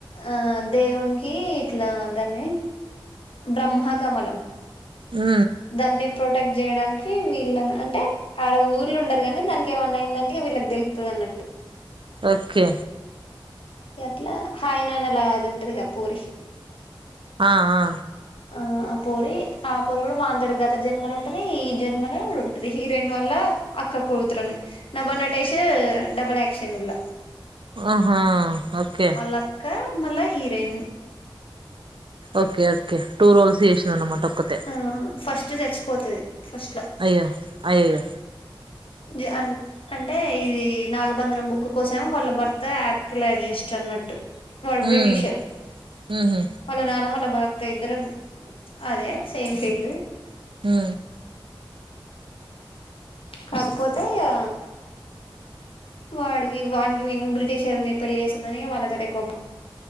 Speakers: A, on the left (about 80°); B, on the right (about 70°).
A: ఆ దేవునికి ఇట్లా దాన్ని బ్రహ్మ కమలం
B: ఉ
A: దాన్ని ప్రొటెక్ట్ చేయడానికి వీళ్ళను అంటే ఆడ ఊర్ల ఉండరు కానీ దానికి ఏమన్నా అయిందంటే వీళ్ళకి తెలుతది అన్నట్టు.
B: ఓకే
A: ఎట్లా హాయ్ నాన్నలా అది ఉంటదిగా పోరి
B: ఆ ఆ
A: ఆ ఆ పోరి ఆ పోరి కూడా వానితోటి గత జన్మలు ఉంటది, ఈ జన్మల కూడా ఉంటది హీరోయిన్ వాళ్ళ అక్క కూతురని నబా నటేేశ్ డబల్ యాక్షన్ ఇల్లా.
B: ఆహా ఓకే
A: లాక్క, మళ్ళ heroine
B: okay okay two roles చేశిందన్నమాట ఒక్కతే.
A: ఆ ఫస్ట్ చచ్చిపోతది ఫస్ట్లా
B: అయ్యో అయ్యయ్యో
A: జ అం అంటే ఇది నాగబంధనం బుక్ కోసం వాళ్ళ భర్త ఆర్కియాలాజిస్ట్ అన్నట్టు. వాడు బ్రిటిషర్.
B: ఉమ్, ఉహు
A: వాళ్ళ నాన్న, వాళ్ళ భర్త ఇద్దరు అదే సేమ్ ఫీల్డ్.
B: హ్
A: కాకపోతే ఇయా వాడికి వానికి వీన్ని బ్రిటిషర్ని పెళ్ళి చేసుకుందని వాళ్ళతోటి ఎక్కువ మా